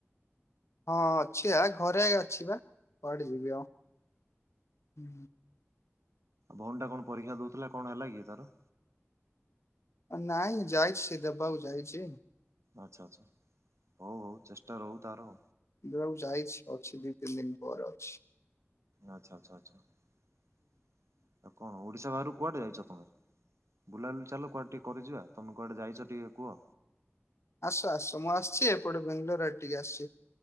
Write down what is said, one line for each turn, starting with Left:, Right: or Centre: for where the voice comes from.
Left: ହଁ ଅଛି ଆ ଘରେ ଅଛି ବା। କୁଆଡେ ଯିବି ଆଉ। ହୁଁ
Right: ଭଉଣୀ ଟା କଣ ପରୀକ୍ଷା ଦଉଥିଲା କଣ ହେଲା କି? ଦାର
Left: ନାଇଁ ଯାଇଛି ସେ ଦେବାକୁ ଯାଇଛି
Right: ଆଚ୍ଛା ଆଚ୍ଛା। ହଉ ହଉ ଚେଷ୍ଟା ରହୁ। ତାର
Left: ଦେବାକୁ ଯାଇଛି ଅଛି ଦିଇ ତିନ ଦିନ ପରେ ଅଛି।
Right: ଆଛା ଆଛା ଆଛା ଆଉ କଣ ଓଡି ସା ବାହାକୁ କୁଆଡେ ଯାଇଛ ତମେ? ବୁଲାବୁଲି ଚାଲ କୁଆଡେ ଟିକେ କରିଯିବା ତମେ କୁଆଡେ ଯାଇଛ ଟିକେ କୁହ?
Left: ଆସ ଆସ ମୁଁ ଆସିଛି ଏପଟେ ବ୍ୟାଙ୍ଗୋଲୋର ଆରେ ଟିକେ ଆସିଛି।